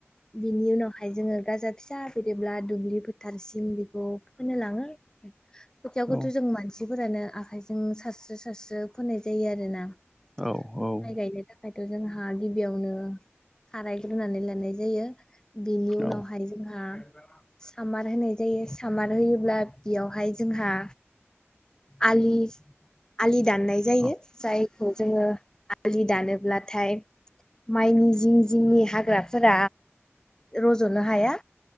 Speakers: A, on the left; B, in the centre.
A: बिनि उनावहाय जोङो गाजा फिसा बेरोब्ला दुब्लि फोथारसिम बेखौ फोनो लाङो खोथियावखौथ'
B: औ
A: जों मानसिफोरानो आखाइजों सारस्रो सासस्रो फोनाय जायो आरो ना माइ
B: औ
A: गायनो थाखाय हाथ' जोंहा गिबियावनो खारायग्रोनानै लानाय जायो बिनि उनावहाय
B: औ
A: जोंहा सामार होनाय जायो सामार होयोब्ला बेयावहाय जोंहा आलि आलि दाननाय जायो
B: औ
A: जायखौ जोंङो आ आलि दानोब्लाथाय माइनि जिं जिंनि हाग्राफोर रज'नो हाया।